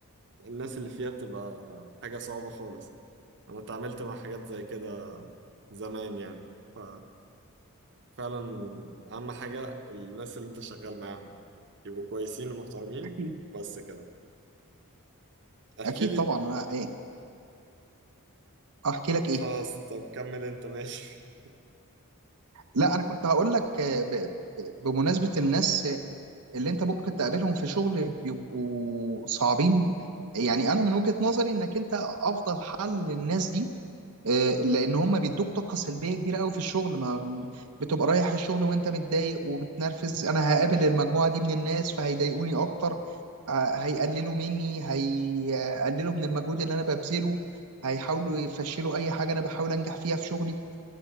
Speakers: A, on the right; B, on the right.
A: الناس اللي فيها بتبقى حاجة صعبة خالص أنا اتعاملت مع حاجات زي كده زمان يعني ف فعلا اهم حاجه الناس اللي انت شغال معاهم يبقوا كويسين ومحترمين
B: أكيد
A: وبس كده احكي
B: أكيد
A: لي
B: طبعا أنا- احكي لك ايه
A: خلاص طب كمل انت ماشي
B: لا انا كنت هقول لك آه، ب- ب- بمناسبة الناس اللي انت ممكن تقابلهم في شغل بيبقوا صعبين يعني انا من وجهة نظري انك انت افضل حل للناس دي آه، لان هم بيدوك طاقة سلبية كبيرة قوي في الشغل ما بتبقى رايح الشغل وانت متضايق ومتنرفز انا هقابل المجموعة دي من الناس فهيضايقوني اكتر آه، هيقللوا مني هيقللوا من المجهود اللي انا ببذله هيحاولوا يفشلوا اي حاجة انا بحاول انجح فيها في شغلي